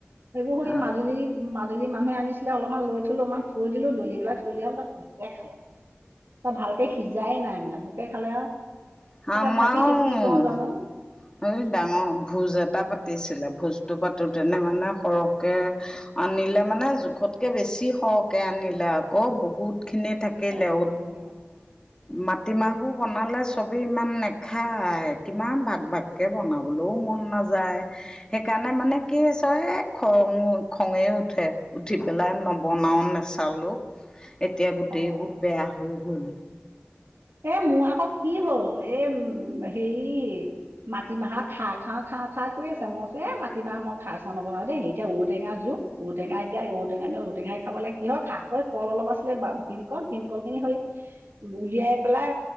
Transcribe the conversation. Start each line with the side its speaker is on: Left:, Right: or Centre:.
Right: সেইবোৰ সৈ
Left: অ'।
Right: মাজুলীৰ মাজুলী মানুহে আনিছিলে অলপমান লৈ থলো, অকমান থৈ দিলো দলি পেলাই থৈ দিয়া পিছত এক ত' ভালকে সিজাই নাই মানে, পোকে খালে আৰু।
Left: আমাওঁ।
Right: তাকে ভাবিছো কি কওঁ জানো
Left: এই ডাঙৰ ভোজ এটা পাতিছিলে, ভোজটো পাতোঁতেনে মানে সৰহকে আনিলে মানে জোখতকে বেছি সৰহকে আনিলে আকৌ। বহুত খিনে থাকিলেও,
Right: অঁ
Left: মাটিমাহবোৰ বনালে চবেই ইমান নাখায়, কিমান ভাগ ভাগকৈ বনাবলৈও মন নাযায়। সেইকাৰণে মানে কি হৈছে এ' খং খঙে উঠে উঠি পেলাই নবনাওঁ নে চালোঁ এতিয়া গোটেইবোৰ
Right: অঁ অঁ
Left: বেয়া হৈ গ'ল।
Right: এ' মোৰ আকৌ কি হ'ল এ' উম হেৰি মাটিমাহৰ খাৰ খাওঁ খাৰ খাওঁ কৰি আছে, মই কৈছো এ' মাটিমাহ মই খাৰ চা নবনাও দেই, এতিয়া ঔ' টেঙা যুগ। ঔ' টেঙ এতিয়া ঔ' টেঙা দিনত ঔ' টেঙাই খাব লাগে, কিহৰ খাৰ কল অলপ আছিলে বা ভীমকল ভীমকল খিনি হৈ উলিয়াই পেলাই